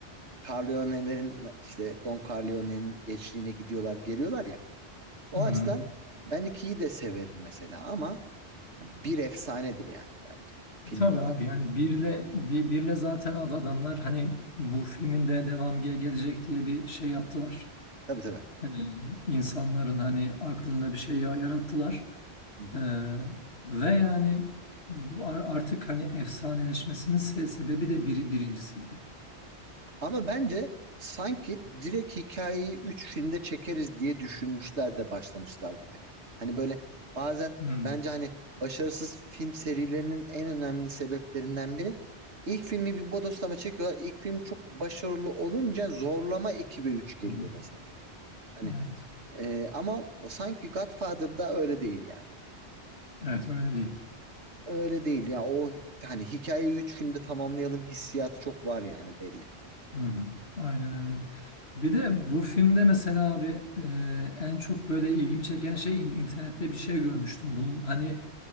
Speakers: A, on the right (about 80°); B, on the left (about 65°).
A: Corleone'lerin işte Don Corleone'nin gençliğine gidiyorlar, geliyorlar ya. O
B: hı. hı.
A: açıdan ben ikiyi de severim mesela ama Yani bir efsanedir yani bence. Film
B: E, Tabii
A: olarak.
B: abi yani birle
A: Film mitoloji
B: bir,
A: olarak.
B: birle zaten ad- adamlar hani bu filmin de devamı ge- gelecek diye bir şey yaptılar.
A: Tabii tabii.
B: Ee, insanların hani aklında bir şey ya- yarattılar.
A: Hı hı.
B: Ee, ve yani bu ar- artık hani efsaneleşmesinin se- sebebi de bir, birincisiydi.
A: Ama bence sanki direkt hikayeyi 3 filmde çekeriz diye düşünmüşler de başlamışlar gibi. Hani böyle bazen
B: Hı
A: bence hani başarısız film serilerinin en önemli sebeplerinden biri ilk filmi bir bodoslama çekiyorlar. İlk film çok başarılı olunca zorlama 2 ve 3 geliyor
B: hı.
A: mesela. Hani
B: Evet.
A: e, ama sanki Godfather'da öyle değil yani.
B: Evet öyle değil.
A: Öyle değil ya. O hani hikayeyi 3 filmde tamamlayalım hissiyatı çok var yani belli.
B: Hı hı. Aynen
A: Hı
B: öyle.
A: hı.
B: Bir de bu filmde mesela abi e, en çok böyle ilgimi çeken şey in- internette bir şey görmüştüm. Bunun hani